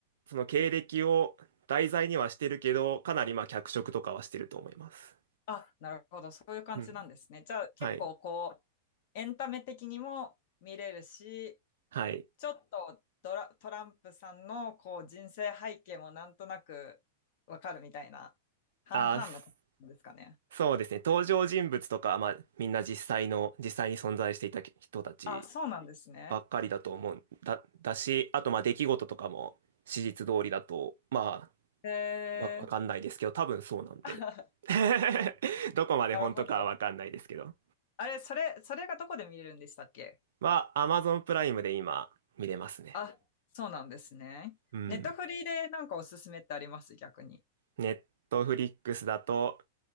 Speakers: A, on the right; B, on the left.
A: その経歴を題材にはしてるけど、かなりまあ脚色とかはしてると思います。
B: あ、なるほど、そういう感じなんですね。
A: うん。
B: じゃあ、結構こう、
A: はい。
B: エンタメ的にも見れるし、
A: はい。
B: ちょっとドラ、トランプさんのこう人生背景もなんとなくわかるみたいな、半々の感じですかね。
A: あ、すそうですね。登場人物とか、まあ、みんな実際の、実際に存在していた人たち
B: あ、そうなんですね。
A: ばっかりだと思うんだ、だし、あと、まあ、出来事とかも史実通りだと、ま
B: へー
A: あ、わ、わかんないですけど、多分そうなんで。
B: <laughs>
A: <laughs> どこまで本当かはわかんないですけど。
B: なるほど。あれ、それ、それがどこで見れるんでしたっけ
A: まあ、Amazon プライムで今、見れますね。
B: あ、そうなんですね。
A: うん。
B: ネットフリーでなんかおすすめってあります逆に。
A: ネットフリックスだと、